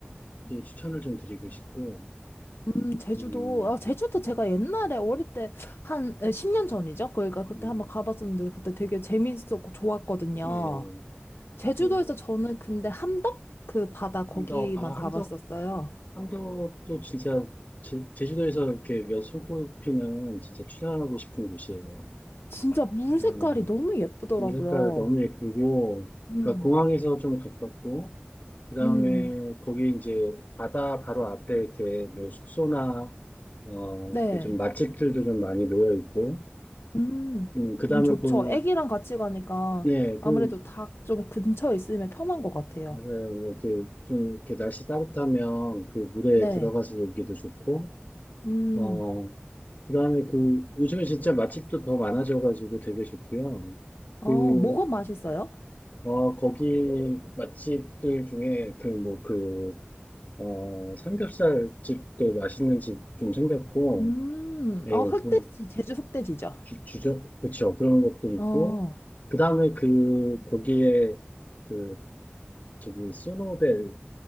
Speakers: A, on the left (about 45°); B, on the left (about 75°).
A: 추천을 좀 드리고 싶고,
B: 음, 제주도,
A: 음,
B: 아, 제주도 제가 옛날에 어릴 때 한 10년 전이죠? 그러니까 그때
A: 음,
B: 한번 가봤었는데 그때 되게 재밌었고 좋았거든요.
A: 예.
B: 제주도에서
A: 또
B: 저는 근데 함덕 그 바다 거기만
A: 함덕, 아,
B: 가봤었어요.
A: 함덕 함덕도 진짜 제, 제주도에서 이렇게 몇 손꼽 피면 진짜 출연하고 싶은 곳이에요.
B: 진짜 물
A: 음,
B: 색깔이 너무 예쁘더라고요.
A: 물 색깔 너무 예쁘고,
B: 음,
A: 그러니까 공항에서 좀 가깝고, 그 다음에
B: 음,
A: 거기 이제 바다 바로 앞에 이렇게 뭐 숙소나, 어,
B: 네.
A: 이렇게 좀 맛집들도 좀 많이 모여 있고,
B: 음,
A: 음, 그 다음에
B: 음, 좋죠.
A: 그,
B: 애기랑 같이 가니까
A: 네,
B: 아무래도
A: 그,
B: 다 좀 근처에 있으면 편한 것 같아요.
A: 맞아요. 뭐 이렇게 좀 이렇게 날씨 따뜻하면 그 물에
B: 네.
A: 들어가서 놀기도 좋고,
B: 음,
A: 어, 그다음에 그 요즘에 진짜 맛집도 더 많아져가지고 되게 좋고요.
B: 어,
A: 그,
B: 뭐가 맛있어요?
A: 어, 거기 맛집들 중에 그 뭐 그, 어, 삼겹살 집도 맛있는 집 좀 생겼고,
B: 음,
A: 예,
B: 아, 흑돼지,
A: 그
B: 제주 흑돼지죠.
A: 주, 주죠? 그쵸. 그런 것도 있고,
B: 어,
A: 그다음에 그 거기에 그 저기 소노벨